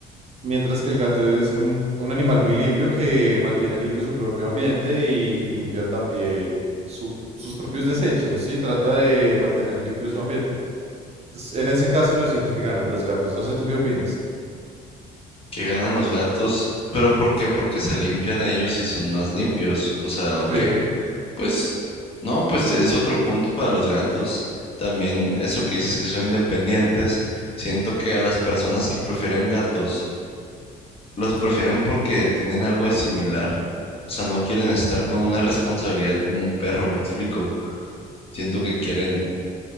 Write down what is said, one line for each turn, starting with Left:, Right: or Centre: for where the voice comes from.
Right: mientras que el gato es un, un animal muy limpio que mantiene limpio su propio ambiente y limpia también su- sus propios desechos, ¿sí? Trata de mantener limpio su ambiente. Entonces, en ese caso yo siento que ganan los gatos, no sé tú qué opinas.
Left: ¿Qué ganan los gatos? ¿Pero por qué? Porque se limpian ellos y son más limpios, o sea, ok.
Right: Sí,
Left: Pues, no, pues es otro punto para los gatos. También eso que dices que son independientes, siento que a las personas que prefieren gatos, los prefieren porque tienen algo de similar. O sea, no quieren estar con una responsabilidad como un perro, me explico. Siento que quieren